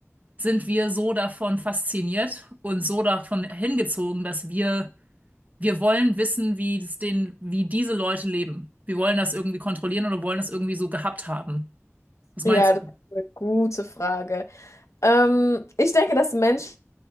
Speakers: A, on the right; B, on the left.
A: sind wir so davon fasziniert und so davon hingezogen, dass wir, wir wollen wissen, wie es den, wie diese Leute leben. Wir wollen das irgendwie kontrollieren oder wollen das irgendwie so gehabt haben. Was
B: Ja,
A: meinst
B: das
A: du?
B: ist eine gute Frage. Ähm, ich denke, dass Menschen